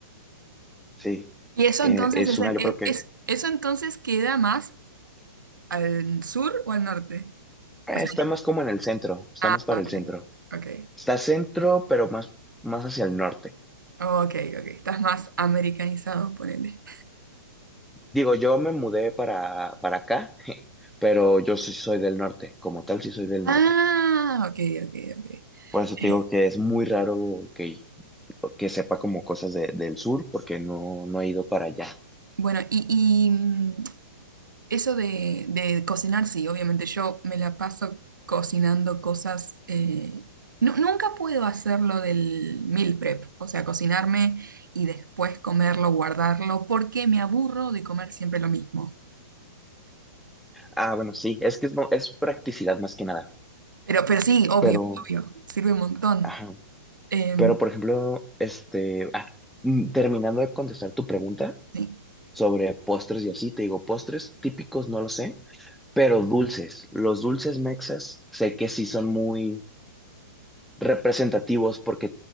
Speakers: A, in the centre; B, on the right.
A: sí.
B: ¿Y eso
A: Eh,
B: entonces
A: es
B: es,
A: una,
B: en-
A: yo
B: es,
A: creo que
B: es-
A: eh,
B: eso entonces queda más al sur o al norte?
A: está
B: O sea,
A: más como en el centro, está
B: ah,
A: más para
B: ok,
A: el centro.
B: ok.
A: Está centro, pero más, más hacia el norte.
B: Ok, ok. Estás más americanizado, ponele.
A: Digo, yo me mudé para, para acá, <laughs> pero yo sí soy del norte, como tal sí soy del
B: Ah,
A: norte.
B: ok, ok, ok.
A: Por
B: Eh,
A: eso te digo que es muy raro que, que sepa como cosas de- del sur, porque no, no he ido para allá.
B: bueno, y, y, mm, eso de, de cocinar, sí, obviamente yo me la paso cocinando cosas. eh, nu- nunca puedo hacerlo del meal prep, o sea, cocinarme y después comerlo, guardarlo, porque me aburro de comer siempre lo mismo.
A: Ah, bueno, sí, es que es, mo- es practicidad más que nada,
B: Pero, pero sí, obvio,
A: pero,
B: obvio, sirve un montón.
A: ajá.
B: Em,
A: Pero, por ejemplo, este, ah, mm, terminando de contestar tu pregunta
B: sí.
A: sobre postres y así, te digo, postres típicos no lo sé, pero dulces. Los dulces mexas sé que sí son muy representativos porque